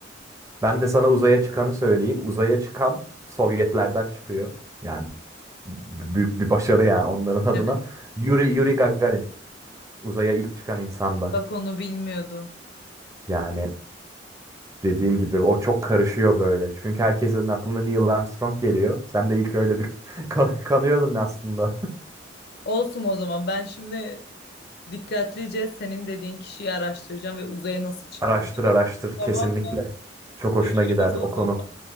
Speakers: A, on the right (about 15°); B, on the left (about 60°).
A: Ben de sana uzaya çıkanı söyleyeyim. Uzaya çıkan Sovyetlerden çıkıyor. Yani b- büyük bir başarı yani onların
B: Evet.
A: adına. Yuri, Yuri Gagarin. Uzaya ilk çıkan insanda.
B: Bak onu bilmiyordum.
A: Yani dediğim gibi o çok karışıyor böyle. Çünkü herkesin aklına Neil Armstrong geliyor. Sen de ilk öyle bir <laughs> kan- kanıyordun aslında.
B: Olsun o zaman. Ben şimdi dikkatlice senin dediğin kişiyi araştıracağım ve uzaya nasıl çıktığına
A: Araştır
B: bakacağım.
A: araştır kesinlikle.
B: Tamam mı?
A: Çok hoşuna
B: Görüşürüz
A: gider o
B: o zaman.
A: konu.